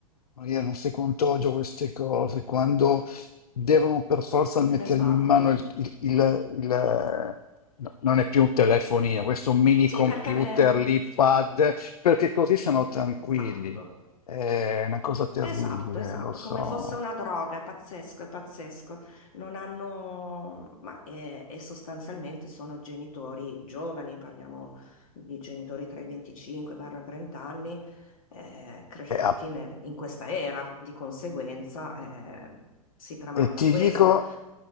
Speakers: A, on the left; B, on the left.
A: Maria, non sai quanto odio queste cose, quando devono per forza mettergli
B: Esatto.
A: in mano il, il- il- il- no, non è più un telefonino, questo mini
B: Sì,
A: computer,
B: perché... ehm,
A: l'iPad, perché così sono tranquilli.
B: esatto.
A: È una cosa terribile,
B: Esatto, esatto,
A: lo so.
B: come fosse una droga, è pazzesco, è pazzesco. Non hanno, ma, eh, e sostanzialmente sono genitori giovani, parliamo di genitori tra i 25-30 anni, eh, cresciuti
A: È app.
B: nel- in questa era, di conseguenza, eh, si tramanda
A: E ti
B: questo.
A: dico,